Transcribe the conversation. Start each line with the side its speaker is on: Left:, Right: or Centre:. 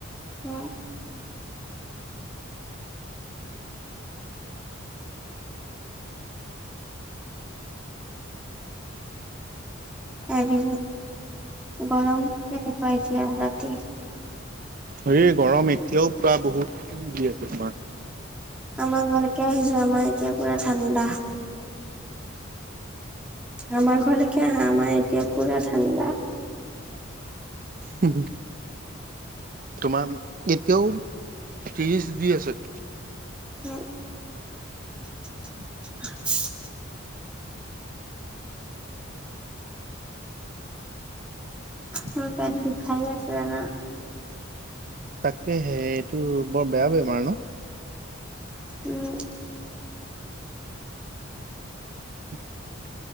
Centre: উম, হেৰি গৰম কেনেকোৱা এতিয়া ৰাতি?
Right: হেৰি গৰম এতিয়াও পুৰা বহুত দি আছে তোমাৰ।
Centre: আমাৰ ঘৰলৈকে আহিযোৱা আমাৰ এতিয়া পুৰা ঠাণ্ডা। আমাৰ ঘৰলৈকে আহা আমাৰ এতিয়া পুৰা ঠাণ্ডা।
Right: হুম, হুম তোমাৰ এতিয়াও ত্ৰিশ দি আছে।
Centre: উম, <inaudible> <inaudible> মোৰ পেট বিষাই আছে জানা?
Right: তাকেহে এইটো বৰ বেয়া বেমাৰ ন?
Centre: উম।
Right: <inaudible>